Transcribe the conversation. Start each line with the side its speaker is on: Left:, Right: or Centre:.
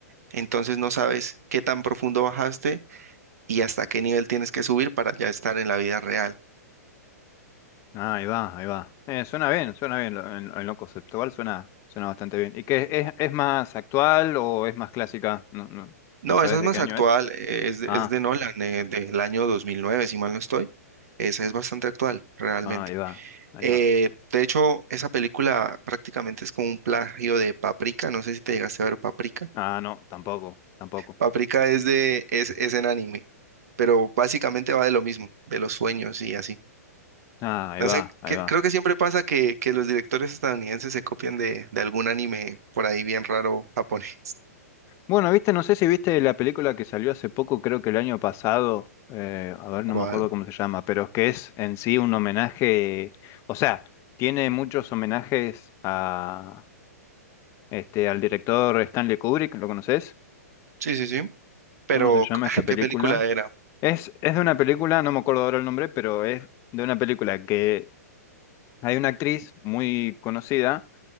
Right: Entonces no sabes qué tan profundo bajaste y hasta qué nivel tienes que subir para ya estar en la vida real.
Left: Ah, ahí va, ahí va. Eh, suena bien, suena bien. lo- En, en lo conceptual suena, suena bastante bien. ¿Y qué es, es más actual o es más clásica? No, no,
Right: No,
Left: no sabes
Right: esa es
Left: de
Right: más
Left: qué año
Right: actual,
Left: es.
Right: eh, es de,
Left: Ah.
Right: es de Nolan, eh, del año 2009, si mal no estoy. Esa es bastante actual, realmente.
Left: Ah, ahí va, ahí
Right: Eh,
Left: va.
Right: de hecho, esa película prácticamente es como un plagio de Paprika, no sé si te llegaste a ver Paprika.
Left: Ah, no, tampoco, tampoco.
Right: Paprika es de, es, es en anime, pero básicamente va de lo mismo, de los sueños y así.
Left: Ah, ahí
Right: No
Left: va,
Right: sé,
Left: ahí
Right: que-
Left: va.
Right: creo que siempre pasa que, que los directores estadounidenses se copian de, de algún anime por ahí bien raro japonés.
Left: Bueno, viste, no sé si viste la película que salió hace poco, creo que el año pasado, eh, a ver, no
Right: ¿Cuál?
Left: me acuerdo cómo se llama, pero es que es en sí un homenaje, o sea, tiene muchos homenajes a este al director Stanley Kubrick, ¿lo conoces?
Right: Sí, sí, sí. Pero,
Left: ¿Cómo se llama
Right: ah,
Left: esta película?
Right: ¿qué película era?
Left: Es, es de una película, no me acuerdo ahora el nombre, pero es de una película que hay una actriz muy conocida